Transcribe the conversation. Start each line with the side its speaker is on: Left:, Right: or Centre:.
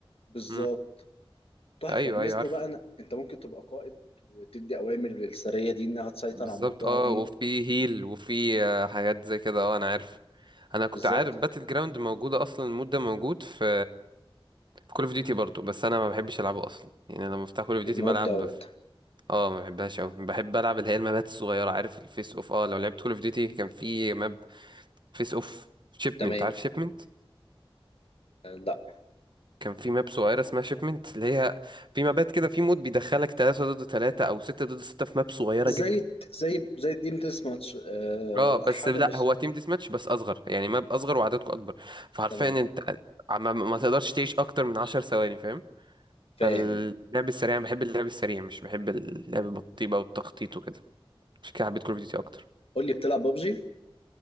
Left: بالظبط
Right: امم
Left: تحفه
Right: ايوه
Left: ميزته
Right: ايوه عارف
Left: بقى إن انت ممكن تبقى قائد وتدي اوامر للسريه دي انها تسيطر
Right: بالظبط
Left: على المنطقه
Right: اه
Left: دي
Right: وفي هيل وفي آه، حاجات زي كده اه انا عارف انا كنت
Left: بالظبط
Right: عارف باتل جراوند موجوده اصلا المود ده موجود في في كول اوف ديوتي برضو بس انا ما بحبش العبه اصلا يعني لما بفتح كول اوف ديوتي
Left: المود
Right: بلعب
Left: دوت
Right: اه ما بحبهاش قوي بحب العب اللي هي المابات الصغيره عارف الفيس اوف اه لو لعبت كول اوف ديوتي كان في ماب فيس اوف شيبمنت
Left: تمام
Right: عارف شيبمنت
Left: آه لا
Right: كان في ماب صغيره اسمها شيبمنت اللي هي في مابات كده في مود بيدخلك 3 ضد 3 او 6 ضد 6 في ماب صغيره
Left: زي
Right: جدا
Left: زي زي الديم تيس ماتش آه
Right: اه بس
Left: حاجه
Right: لا
Left: بس
Right: هو تيم ديس ماتش بس اصغر يعني ماب اصغر وعددكم اكبر فحرفيا
Left: تمام
Right: انت ما, ما تقدرش تعيش اكتر من 10 ثواني فاهم فاللعب
Left: فاهم
Right: السريع أنا بحب اللعب السريع مش بحب اللعب بالطيبه والتخطيط وكده عشان كده حبيت كول اوف ديوتي اكتر
Left: قول لي بتلعب ببجي